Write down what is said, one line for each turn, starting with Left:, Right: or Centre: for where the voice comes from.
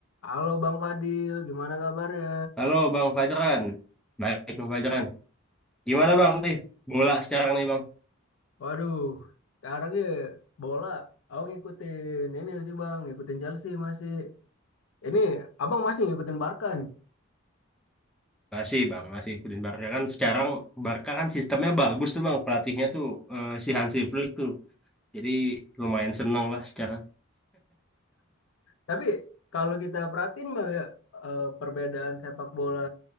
Left: Halo Bang Fadil, gimana kabarnya?
Centre: Halo Bang Fajran, baik Bang Fajran. Gimana
Left: Halo.
Centre: Bang nih bola sekarang nih Bang?
Left: Waduh, sekarang ya bola, aku ngikutin ini sih Bang, ngikutin Chelsea masih. Ini Abang masih ngikutin Barca nih.
Centre: Masih Bang, masih ikutin Barca kan sekarang Barca kan sistemnya bagus tuh Bang, pelatihnya tuh eh, si Hansi Flick tuh. Jadi lumayan seneng lah sekarang.
Left: Tapi kalau kita perhatiin Bang ya, eh, perbedaan sepak bola